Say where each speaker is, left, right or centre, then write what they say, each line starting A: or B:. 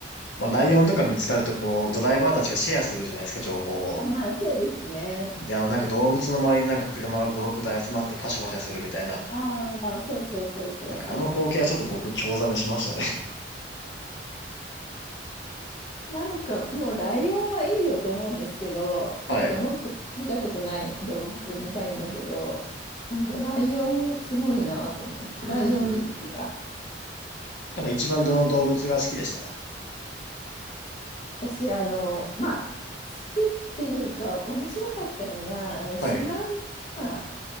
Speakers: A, on the left (about 70°); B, on the left (about 35°).
A: う、まあ、ライオンとか見つかるとこう、ドライバーたちがシェアするじゃないですか、情報を。
B: あ、まあ、そうですね。
A: で、あの、なんか動物の周りになんか車が5、6台集まってパシャパシャするみたいな。
B: ああ、そうそうそうそうそう。
A: なんかあの光景はちょっと僕、興ざめしましたね。
B: なんかもうライオンはいいよと思うんですけど、なんかもっと見たことない動物見たいんだけど、
A: <laughs> はい。
B: なんかライオンすごいなと思って、
A: うん。
B: ライオン人気が。
A: なんか一番どの動物が好きでした
B: 私、あの、まあ、好きっていうか、面白かったのが、あの、シマウマ、
A: はい。